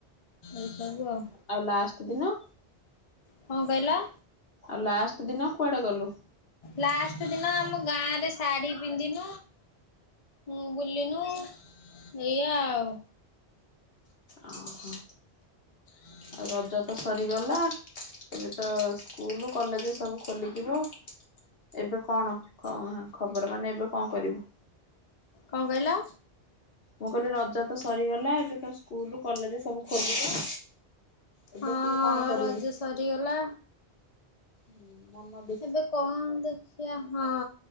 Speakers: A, on the left; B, on the left.
A: ଏଇସବୁ ଆଉ।
B: ଆଉ ଲାଷ୍ଟ ଦିନ।
A: କଣ କହିଲ?
B: ଆଉ ଲାଷ୍ଟ ଦିନ କୁଆଡେ ଗଲୁ?
A: ଲାଷ୍ଟ ଦିନ ଆମ ଗାଁ ରେ ଶାଢୀ ପିନ୍ଧିନୁ। ମୁଁ ବୁଲିନୁ ଏଇଆ ଆଉ
B: ଓ ହୋ
A: ହ
B: ଆଉ ରଜ ତ ସରିଗଲା ଏବେ ତ ସ୍କୁଲ କଲେଜ ସବୁ ଖୋଲିଯିବ ଏବେ କଣ ଖବର ମାନେ ଏବେ କଣ କରିବୁ?
A: କଣ କହିଲ?
B: ମୁଁ କହିଲି ରଜ ତ ସରିଗଲା ଏବେ ତ ସ୍କୁଲ କଲେଜ ସବୁ ଖୋଲିବ ଏବେ
A: ହଁ
B: ତୁ କଣ କରିବୁ
A: ରଜ ସରିଗଲା।
B: ହୁଁ ମନ ବି
A: ଏବେ କଣ ଦେଖିଆ ହଁ